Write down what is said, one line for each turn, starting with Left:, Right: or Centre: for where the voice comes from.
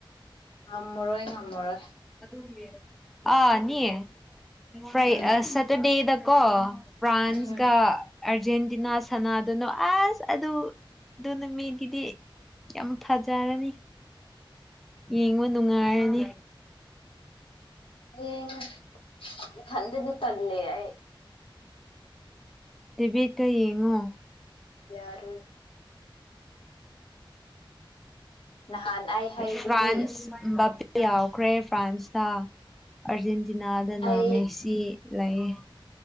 Left: ꯉꯝꯃꯔꯣꯏ ꯉꯝꯃꯔꯣꯏ
Centre: ꯑꯗꯨ ꯎ ꯑ ꯅꯌꯦꯦ ꯐ꯭ꯔꯥꯏ
Left: ꯎꯝ
Centre: ꯁꯦꯇꯔꯗꯦꯗ ꯀ ꯐ꯭ꯔꯥꯟꯁꯒ
Left: ꯎꯝ
Centre: ꯑꯥꯔꯖꯦꯟꯇꯤꯅꯥ ꯁꯅꯥꯗꯨꯅꯣ ꯑꯁ ꯑꯗꯨꯗꯨꯅ ꯃꯤꯒꯤꯗꯤ ꯌꯥꯝ ꯐꯖꯔꯅꯤ ꯌꯦꯡꯕ ꯅꯨꯡꯉꯥꯏꯔꯅꯤ
Left: ꯍꯌꯦꯡ ꯏꯊꯟꯗꯗꯤ ꯇꯂꯦ ꯑꯩ
Centre: ꯇꯤꯕꯤꯇ ꯌꯦꯡꯉꯣ
Left: ꯌꯥꯔꯣꯏ ꯅꯍꯥꯟ ꯑꯩ ꯍꯩꯗꯨꯗꯤ
Centre: ꯐ꯭ꯔꯥꯟꯁ ꯕꯥꯞꯄꯦ ꯌꯥꯎꯈ꯭ꯔꯦ ꯐ꯭ꯔꯥꯟꯁꯇ ꯑꯔꯖꯦꯟꯇ ꯇꯤꯅꯥꯗꯅ
Left: ꯑꯩ
Centre: ꯃꯦꯁꯤ ꯂꯩꯌ‌ꯦ